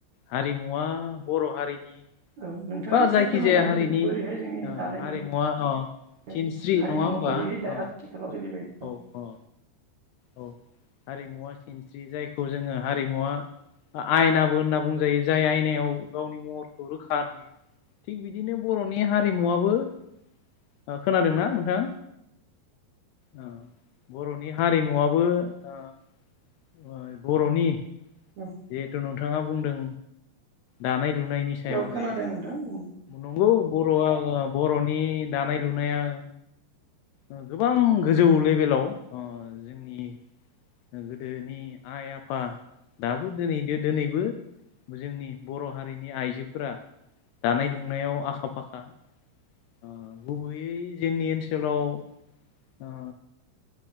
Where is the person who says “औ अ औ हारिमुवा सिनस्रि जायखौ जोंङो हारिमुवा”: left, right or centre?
Left